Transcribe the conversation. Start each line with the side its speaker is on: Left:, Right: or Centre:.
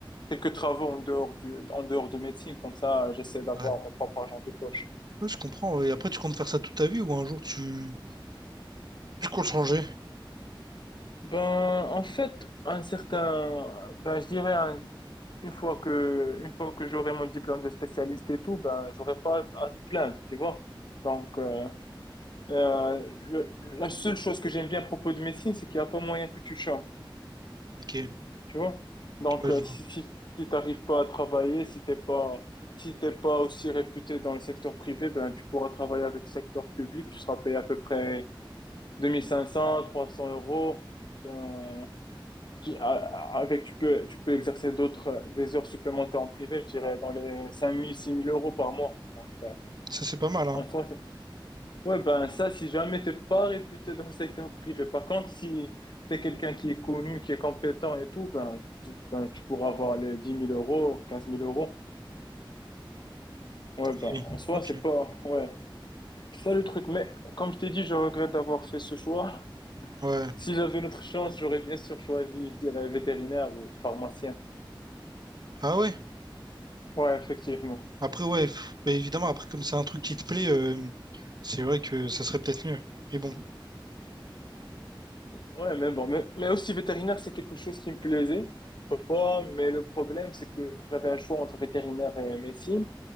Left: quelques travaux en dehors du, en dehors de médecine. Comme ça, j'essaie d'avoir
Right: Ouais.
Left: mon propre argent de poche.
Right: Ouais, je comprends, ouais. Et après, tu comptes faire ça toute ta vie ou un jour, tu... Tu comptes changer?
Left: Ben, en fait, un certain, ben, je dirais un- une fois que, une fois que j'aurai mon diplôme de spécialiste et tout, ben, j'aurai pas à me plaindre, tu vois. Donc, euh, Euh, le- la seule chose que j'aime bien à propos de médecine, c'est qu'il n'y a pas moyen que tu changes,
Right: Ok.
Left: tu vois. Donc,
Right: Ouais, je
Left: euh,
Right: vois.
Left: si, si, si t'arrives pas à travailler, si t'es pas, si t'es pas aussi réputé dans le secteur privé, ben, tu pourras travailler avec le secteur public, tu seras payé à peu près 2500, 300 euros. Ben, qui- a- a- avec, tu peux, tu peux exercer d'autres, euh, des heures supplémentaires en privé, je dirais, dans les 5000, 6000 euros par mois. Donc, euh,
Right: Ça, c'est pas mal, hein.
Left: en soi, Ouais, ben ça, si jamais t'es pas réputé dans le secteur privé. Par contre, si t'es quelqu'un qui est connu, qui est compétent et tout, ben tu, ben, tu pourras avoir les dix mille euros, quinze mille euros. Ouais, ben
Right: Et-
Left: en soi,
Right: Ok.
Left: c'est pas... Ouais, c'est ça le truc. Mais comme je t'ai dit, je regrette d'avoir fait ce choix. <laughs>
Right: Ouais.
Left: Si j'avais une autre chance, j'aurais bien sûr choisi, je dirais, vétérinaire ou pharmacien.
Right: Ah ouais?
Left: Ouais, effectivement.
Right: Après, ouais, pff, bah, évidemment, après, comme c'est un truc qui te plaît... euh, C'est vrai que ça serait peut-être mieux. Mais bon,
Left: Ouais, mais bon, mais, mais aussi vétérinaire, c'est quelque chose qui me plaisait autrefois, mais le problème, c'est que j'avais un choix entre vétérinaire et médecine.